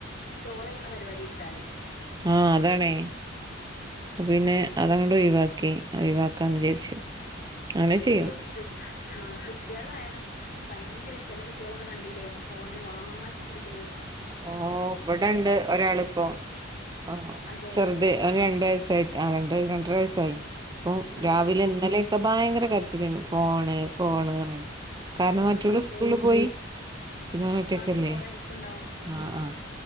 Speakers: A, on the left (about 50°); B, on the right (about 20°).
A: സ്ക്രോൾ ചെയ്യണ പരിപാടി എടുത്താല്
B: ആഹ് അതാണേ അപ പിന്നെ അതങ്ങട്ട് ഒഴിവാക്കി ഒഴിവാക്കാന്ന്
A: ഉം
B: വിചാരിച്ചു അങ്ങനെ
A: അതെ
B: ചെയ്യും
A: ഇപ്പം കു ആ കുട്ടികളായാലും ഭയങ്കര ചെല കുട്ടികളൊക്കെ കണ്ടില്ലേ ഫോണിന് വാശി പിടിക്കണ്
B: ഓ ഇവിടെണ്ട് ഒരാളിപ്പോ ആ
A: അതെ
B: ചെറുത് ഓന് രണ്ട് വയസായി ആ രണ്ട് രണ്ടര വയസ്സായി ഇപ്പൊ
A: ആഹ്
B: രാവിലെ ഇന്നലെ ഒക്കെ ഭയങ്കര കരച്ചലേനു ഫോണ് ഫോണ്ന്നറിഞ്ഞ്ക്കാണ്ട്
A: ആഹ്
B: കാരണം
A: ആഹ്
B: മറ്റൊൽ
A: അതെല്ലേ
B: സ്കൂളിൽ പോയി പിന്നെ ഓനൊറ്റക്കല്ലേ
A: അപ്പൊ അവന് ബോറടിക്കുണ്ടാവും
B: ആഹ്
A: ഉം
B: ആഹ്